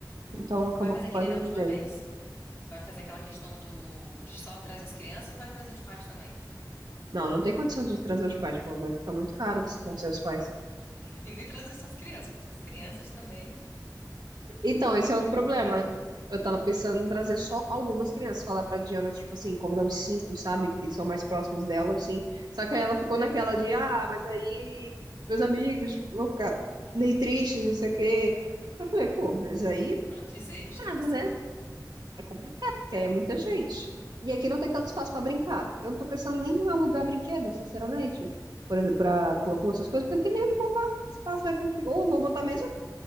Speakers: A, on the right; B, on the left.
A: Então acabou
B: Vai fazer
A: que quase
B: que nem da
A: não
B: última
A: veio.
B: vez? Vai fazer aquela questão do de só trazer as crianças ou vai trazer os pais também?
A: Não, não tem condição de trazer os pais, pô, vai ficar muito caro se trazer os pais.
B: E nem trazer só as crianças, porque essas crianças também,
A: Então, esse
B: só
A: é
B: pela
A: outro
B: misericórdia.
A: problema. Eu tava pensando em trazer só algumas crianças, falar pra Diana, tipo assim, convidar os cinco, sabe, que são mais próximos dela, assim. Só que aí ela ficou naquela de, ah, mas aí meus amigos vão ficar meio tristes, não sei o quê. Eu falei, pô, mas aí,
B: Antes
A: é complicado,
B: eles que você.
A: né? É complicado, porque aí é muita gente. E aqui não tem tanto espaço para brincar. Eu não tô pensando nem em alugar brinquedo, sinceramente. Por exemplo, para pula-pula, essas coisas, porque não tem nem onde botar. Espaço é complicado. Ou vou botar mesmo ou